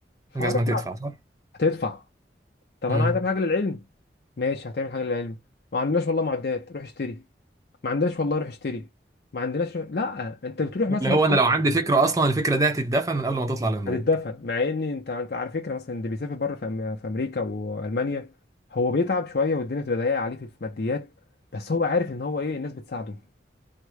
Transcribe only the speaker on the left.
فهروح
هتدفع طب
انا عايز أعمل حاجه للعلم ماشي هتعمل حاجه للعلم ما عندناش والله معدات روح اشتري ما عندناش والله روح اشتري ما عندناش لا انت بتروح مثلا
بتقول
هتتدفن مع ان انت انت على فكره مثلا اللي بيسافر بره في, أم- في امريكا والمانيا هو بيتعب شويه والدنيا بتبقى ضيقه عليه في الماديات بس هو عارف ان هو ايه الناس بتساعده